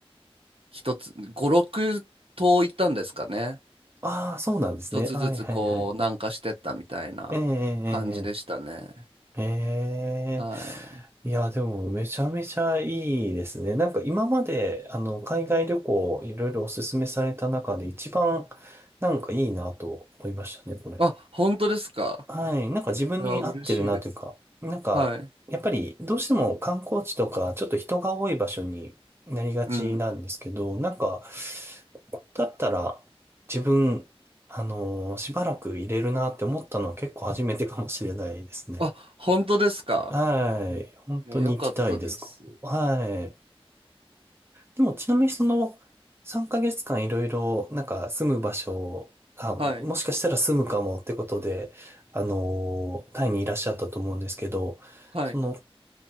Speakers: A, on the right; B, on the right.
A: 一つ五六島行ったんですかね
B: ああ、そうなんですね。
A: 一つずつこう南下してったみたいな感じでしたね
B: はいはいはい。ええええええ。
A: はい
B: ええいや、でもめちゃめちゃいいですね。なんか今まで、あの、海外旅行いろいろおすすめされた中で一番なんかいいなと思いましたね、これ。
A: あ本当ですか
B: はい。なんか自分に合ってるなというか、
A: いや嬉しいです
B: なんか、
A: はい
B: やっぱりどうしても観光地とか、ちょっと人が多い場所になりがちなんですけど、
A: うん
B: なんか、ここだったら自分、あのーしばらく入れるなって思ったのは結構初めてかもしれないですね。
A: あ本当ですか
B: はい。本当に行きたいですかはい。
A: いやよかったです
B: でもちなみにその3ヶ月間いろいろなんか住む場所がもしかしたら住むかもってことで、
A: はい
B: あのータイにいらっしゃったと思うんですけど、
A: はい
B: その、